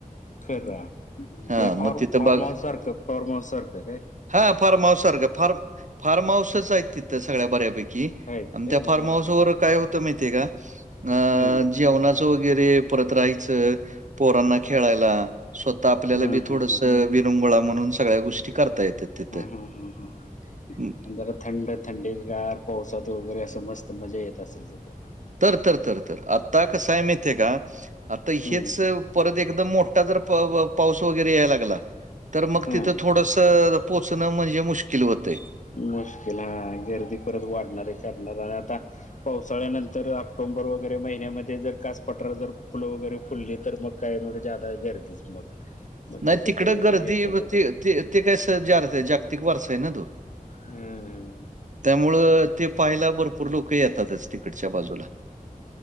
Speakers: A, on the left (about 55°); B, on the right (about 55°).
A: खरं म्हजे
B: हां,
A: फार
B: मग तिथं
A: फार्म
B: बघा
A: हाऊस सारखं फार्म हाऊस सारखं काय?
B: हा फार्म हाऊस सारखं फार्म फार्म हाऊसच आहेत तिथं सगळ्या बऱ्यापैकी
A: आहेत
B: आणि
A: काय
B: त्या फार्म
A: हा
B: हाऊस
A: हा
B: वर
A: हा हा
B: काय
A: हा.
B: होतं माहि ते का अ
A: हम्म
B: जेवणाचं वगैरे परत राहायचं. पोरांना खेळायला स्वतः आपल्याला
A: हम्म
B: बी
A: हम्म
B: थोडसं
A: हम्म
B: विरंगुळा म्हणून सगळ्या गोष्टी करता येतात तिथं.
A: हम् हम् हम् ‌
B: हं.
A: आणि जरा थंड थंडी गार पावसात वगैरे असं मस्त मजा येत असेल तिथे?
B: तर तर तर तर आता कसंय माहतीय का आता
A: हम्म
B: हेच परत एकदम मोठा जर प ब पाऊस वगैरे, यायला लागला तर मग तिथं
A: हा
B: थोडस पोहचणं म्हणजे मुश्किल होतय.
A: मुश्किल हा गर्दी परत वाढणारही करणार आणि आता. <unintelligible> पावसाळ्यानंतर ऑक्टोंबर वगैरे महिन्यामध्ये, जर काच पठार जर फुलं वगैरे फुलली तर मग काही मग जदा गर्दीच मग मग
B: नाही
A: तिथं
B: तिकडं
A: ते
B: गर्दी
A: हेच होते
B: ते ते ते काय जारत <unintelligible> आहे जागतिक वारसा आहे ना तो.
A: हम्म
B: त्यामुळं ते पाहायला भरपूर लोक येतातच. तिकडच्या बाजूला